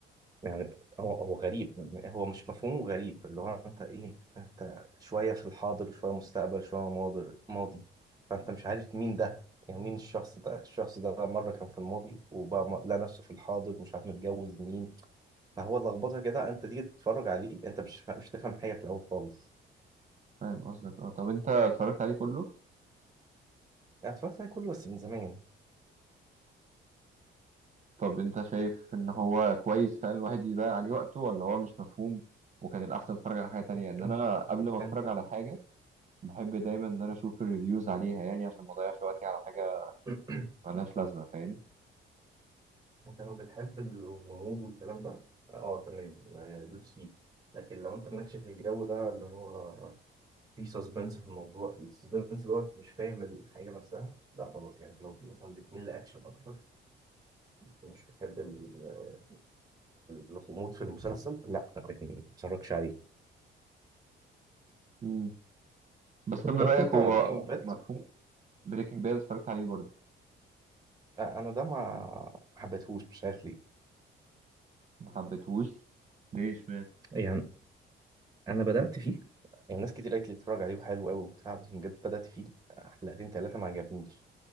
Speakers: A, on the right; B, on the right.
A: يعني هو هو غريب هو مش مفهومه غريب اللي هو انت ايه انت شوية في الحاضر شوية مستقبل شوية ماضي ماضي فانت مش عارف مين ده يعني مين الشخص ده الشخص ده مرة كان في الماضي وبقى م- لقى نفسه في الحاضر مش عارف متجوز مين فهو لخبطة كده انت تيجي تتفرج عليه انت مش فا- مش تفهم حاجة في الأول خالص
B: فاهم قصدك اه طب انت اتفرجت عليه كله
A: انا اتفرجت عليه كله بس من زمان
B: طب انت شايف ان هو كويس فعلا الواحد يضيع عليه وقته ولا هو مش مفهوم وكان الاحسن اتفرج على حاجه تانية
A: انت
B: ان انا قبل ما اتفرج
A: انت
B: على حاجه بحب دايما ان انا اشوف الريفيوز عليها يعني عشان ما اضيعش وقتي على حاجه
A: <clears throat>
B: ملهاش لازمه فاهم
A: انت لو بتحب الغموض والكلام ده اه تمام آه، دوس فيه لكن لو انت مالكش في الجو ده اللي هو في سسبنس في الموضوع السسبنس دوت مش فاهم الحاجة نفسها لا خلاص يعني لو مثلا بتميل لأكشن أكتر مش بتحب ال- الغموض في المسلسل لا ما تتفرجش عليه
B: مم. بس طب
A: اتفرجت
B: من رايك
A: أنت
B: هو
A: على بريكنج باد
B: مفهوم بريكنج باد اتفرجت عليه برضه
A: أنا ده ما ما حبيتهوش مش عارف ليه
B: ما حبيتهوش ليش
A: يعني انا بدأت فيه يعني ناس كتير قالت لي اتفرج عليه وحلو قوي وبتاع بس بجد بدأت فيه حلقتين تلاتة ما عجبنيش